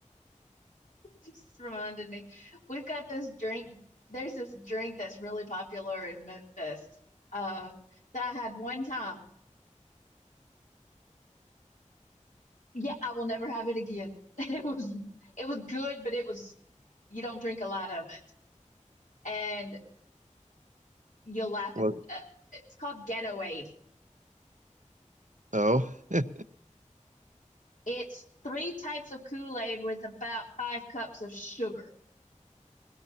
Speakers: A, on the left (about 75°); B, on the right (about 70°).
A: just reminded me. We've got this drink. There's this drink that's really popular in Memphis uh, that I had one time. Yeah, I will never have it again. <laughs> It was it was good, but it was you don't drink a lot of it, and you'll laugh
B: Well,
A: at. Uh, it's called Ghetto Aid.
B: oh, <laughs>
A: It's three types of Kool Aid with about five cups of sugar.